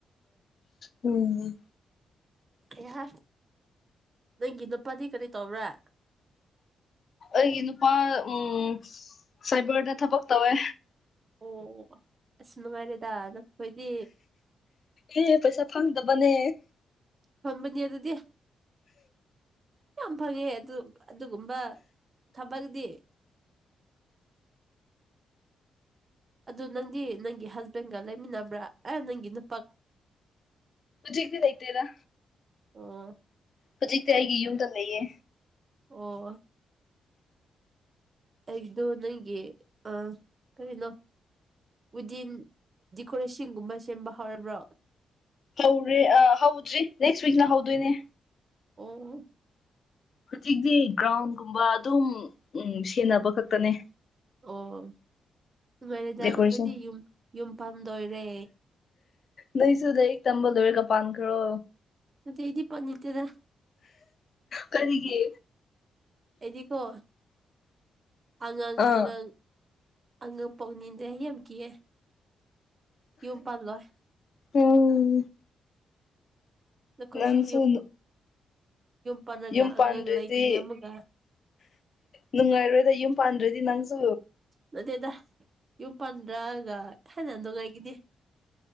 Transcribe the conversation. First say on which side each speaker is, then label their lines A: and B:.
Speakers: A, on the left; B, on the right.
A: ꯎꯝ
B: ꯏꯍ ꯅꯪꯒꯤ ꯅꯨꯄꯥꯗꯤ ꯀꯔꯤ ꯇꯧꯕ꯭ꯔꯥ
A: ꯑꯩꯒꯤ ꯅꯨꯄꯥ ꯎꯝ ꯁꯥꯏꯕꯔꯗ ꯊꯕꯛ ꯇꯧꯋꯦ
B: ꯑꯣ ꯑꯁ ꯅꯨꯡꯉꯥꯏꯔꯦꯗ ꯅꯈꯣꯏꯗꯤ
A: ꯑꯦ ꯄꯩꯁꯥ ꯐꯪꯗꯕꯅꯦ
B: ꯐꯝꯕꯅꯤ ꯑꯗꯨꯗꯤ ꯌꯥꯝ ꯐꯪꯉꯦ ꯑꯗꯨ ꯑꯗꯨꯒꯨꯝꯕ ꯊꯕꯛꯗꯤ ꯑꯗꯨ ꯅꯪꯗꯤ ꯅꯪꯒꯤ ꯍꯁꯕꯦꯟꯒ ꯂꯩꯃꯤꯟꯅꯕ꯭ꯔꯥ ꯑꯦ ꯅꯪꯒꯤ ꯅꯨ
A: ꯍꯧꯖꯤꯛꯇꯤ ꯂꯩꯇꯦꯗ
B: ꯑꯣ
A: ꯍꯧꯖꯤꯛꯇꯤ ꯑꯩꯒꯤ ꯌꯨꯝꯗ ꯂꯩꯌꯦ
B: ꯑꯣ ꯑꯩꯗꯣ ꯅꯪꯒꯤ ꯑ ꯀꯔꯤꯅꯣ ꯋꯤꯗꯤꯟ ꯗꯤꯀꯣꯔꯦꯁꯟꯒꯨꯝꯕ ꯁꯦꯝꯕ ꯍꯧꯔꯕ꯭ꯔꯣ
A: ꯍꯧ꯭ꯔꯤ ꯑ ꯍꯧꯗ꯭ꯔꯤ ꯅꯦꯛꯁ ꯋꯤꯛꯇ ꯍꯧꯗꯣꯏꯅꯦ
B: ꯑꯣ
A: ꯍꯧꯖꯤꯛꯇꯤ ꯒ꯭ꯔꯥꯎꯟꯒꯨꯝꯕ ꯑꯗꯨꯝ ꯎꯝ ꯁꯦꯟꯅꯕ ꯈꯛꯇꯅꯦ
B: ꯑꯣ ꯅꯨꯡꯉꯥꯏꯔꯦꯗ
A: ꯗꯦꯀꯣꯔꯦꯁꯟ
B: ꯅꯈꯣꯏꯗꯤ ꯌꯨꯝ ꯌꯨꯝ ꯄꯥꯟꯗꯣꯏꯔꯦ
A: ꯅꯣꯏꯁꯨ ꯂꯥꯏꯔꯤꯛ ꯇꯝꯕ ꯂꯣꯏꯔꯒ ꯄꯥꯟꯈ꯭ꯔꯣ
B: ꯃꯗ ꯑꯩꯗꯤ ꯄꯥꯟꯅꯤꯡꯇꯦꯗ
A: ꯀꯔꯤꯒꯤ
B: ꯑꯩꯗꯤꯀꯣ ꯑꯉꯥꯡ
A: ꯑꯥ
B: ꯑꯉꯥꯡ ꯑꯉꯥꯡ ꯄꯣꯛꯅꯤꯡꯗꯦ ꯑꯩ ꯌꯥꯝ ꯀꯤꯌꯦ ꯌꯨꯝ ꯄꯥꯟꯂꯣꯏ
A: ꯎꯝ
B: ꯅꯈꯣꯏꯁꯨ
A: ꯅꯪꯁꯨ
B: ꯌꯨꯝ ꯄꯅꯒ
A: ꯌꯨꯝ
B: ꯑꯉꯥꯡ
A: ꯄꯥꯟꯗ꯭ꯔꯗꯤ
B: ꯂꯩꯒꯅꯤ ꯑꯃꯒ
A: ꯅꯨꯡꯉꯥꯏꯔꯣꯏꯗ ꯌꯨꯝ ꯄꯥꯟꯗ꯭ꯔꯗꯤ ꯅꯪꯁꯨ
B: ꯅꯠꯇꯦꯗꯥ ꯌꯨꯝ ꯄꯥꯟꯗ꯭ꯔꯒ ꯍꯦꯟꯅꯥ ꯅꯨꯡꯉꯥꯏꯒꯅꯤ